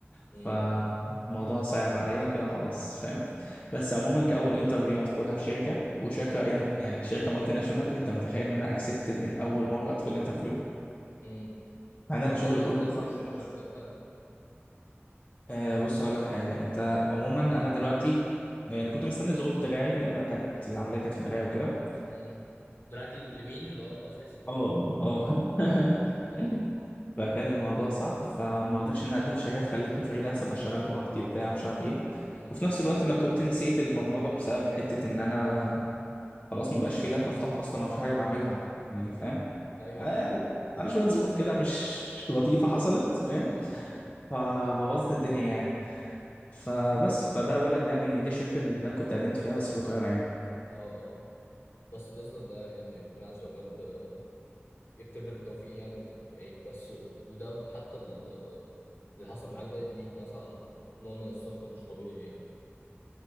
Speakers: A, on the left; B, on the left.
A: مم،
B: فالموضوع صعب عليا كده خلاص فاهم بس عموما كاول انترفيو ادخلها في شركة وشركة يغ- يعني شركة مالتي ناشونال انت متخيل ان انا اكسبتد من اول مرة ادخل انترفيو
A: مم.
B: مع ان
A: طب
B: انا شغلي
A: ليه ما
B: كله
A: قدمتش
B: اصلا فريلانس
A: في شركات تانية؟
B: أه بص هقول لك حاجة انت عموما انا دلوقتي يعني كنت مستني ظروف دراعي لان أنا كانت العملية كانت في دراعي وكده
A: مم. دراك لمين اللي هو الأساسي؟
B: اه اه <laughs>
A: أه
B: فكان الموضوع صعب فما رضيتش اني اقدم في شركات خلتني فريلانس ابقى شغال براحتي بتاع مش عارف ايه
A: مم،
B: وفي نفس الوقت انا كنت نسيت البرمجه بسبب حته ان انا خلاص مبقاش في لاب بفتحه اصلا ولا في حاجه بعملها يعني
A: مم.
B: فاهم
A: أيوه
B: على يعني على شويه ظروف كده مش مش لطيفه حصلت فاهم
A: أيوه
B: فبوظت الدنيا يعني فبس فده بقول لك ده يعني دي الشركه اللي انا كنت قدمت فيها بس في القاهره يعني
A: اه آه. بس بإذن الله يعني ربنا عز وجل آه، يكتب لك التوفيق يعني وتت... يعني بس وده حتى ال- اللي حصل معاك ده يديك مثلا نوع من الثقة مش طبيعي يعني